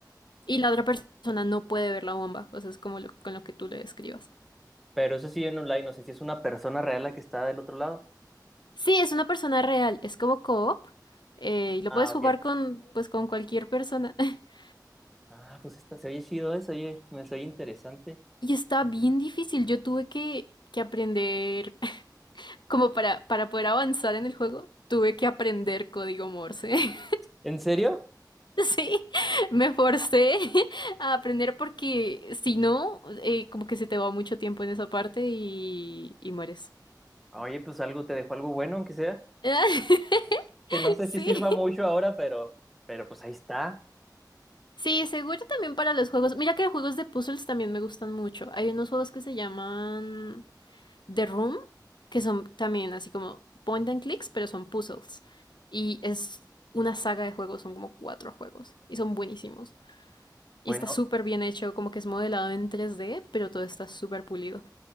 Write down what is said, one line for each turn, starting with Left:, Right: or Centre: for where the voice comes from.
Left: Y la otra persona no puede ver la bomba, o sea, es como lo- con lo que tú le describas.
Centre: Pero eso sí en online, no sé si es una persona real la que está del otro lado.
Left: Sí, es una persona real, es como co-op eh, y lo
Centre: Ah,
Left: puedes
Centre: ok.
Left: jugar con, pues, con cualquier persona. <laughs>
Centre: Ah, pues está, se oye chido eso, oye, me soy interesante.
Left: Y está bien difícil, yo tuve que, que aprender, <laughs> como para, para poder avanzar en el juego, tuve que aprender código Morse.
Centre: ¿En serio?
Left: <laughs> Sí, me forcé <laughs> a aprender porque si no, eh, como que se te va mucho tiempo en esa parte y, y mueres.
Centre: Oye, pues algo te dejó algo bueno, aunque sea,
Left: <laughs>
Centre: que no sé si
Left: Sí,
Centre: sirva mucho ahora, pero, pero pues ahí está.
Left: sí, seguro también para los juegos. Mira que juegos de puzzles también me gustan mucho. Hay unos juegos que se llaman The Room, que son también así como point and clicks, pero son puzzles. Y es una saga de juegos, son como cuatro juegos y son buenísimos. Y
Centre: Bueno,
Left: está súper bien hecho, como que es modelado en 3D, pero todo está súper pulido.